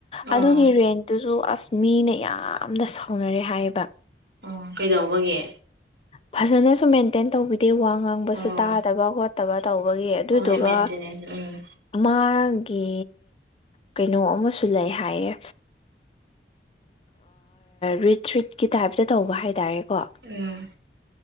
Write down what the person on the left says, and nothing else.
ꯑꯗꯨꯒꯤ ꯔꯦꯟ ꯇꯨꯁꯨ ꯑ ꯃꯤꯅ ꯌꯥꯝꯅ ꯁꯥꯎꯅꯔꯦ ꯍꯥꯏꯌꯦꯕ
ꯐꯖꯅꯁꯨ ꯃꯦꯟꯇꯦꯟ ꯇꯧꯕꯤ ꯑꯗꯩ ꯋꯥ ꯉꯥꯡꯕꯁꯨ
ꯇꯥꯗꯕꯣ ꯇꯕ ꯇꯧꯕꯒꯤ ꯑꯗꯨꯏꯗꯨꯒ
ꯃꯥ ꯒꯤ ꯀꯩꯅꯣ ꯑꯃꯁꯨꯡ ꯁꯨ ꯂꯩ ꯍꯥꯏꯌꯦ ꯔꯤꯠ ꯔꯤꯠꯀꯤ ꯇꯥꯏꯞꯇ ꯇꯧꯕ ꯍꯥꯏꯇꯥꯔꯦ ꯋꯥ